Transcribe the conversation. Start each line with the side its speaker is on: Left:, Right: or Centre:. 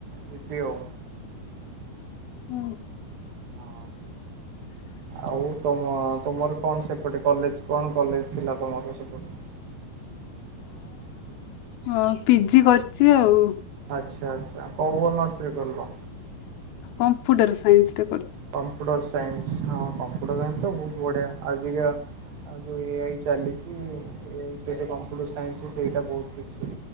Right: ଯିିବି ଆଉ।
Left: ହୁଁ।
Right: ହଁ।
Left: <inaudible>
Right: ଆଉ ତମ ତମର କଣ ସେପଟେ କଲେଜ କଣ କଲେଜ ଥିଲା ତମର ସେପଟେ।
Left: <inaudible> ହଁ ପିଜି କରିଛି ଆଉ।
Right: ଆଚ୍ଛା ଆଚ୍ଛା କଉ ଅର୍ସରେ କରିଲ।
Left: କମ୍ପ୍ୟୁଟର ସାଇନ୍ସରେ।
Right: କମ୍ପ୍ୟୁଟର ସାଇନ୍ସ ହଁ କମ୍ପ୍ୟୁଟର ସାଇନ୍ସ ତ ବହୁତ ବଢିଆ ଆଜିକା ଆଉ ଯୋଉ ଏ ଆଇ ଚାଲିଛି ଏ ଆଇ ସତ କମ୍ପ୍ୟୁଟର ସାଇନ୍ସ ସେଇଟା ବହୁତ କିଛି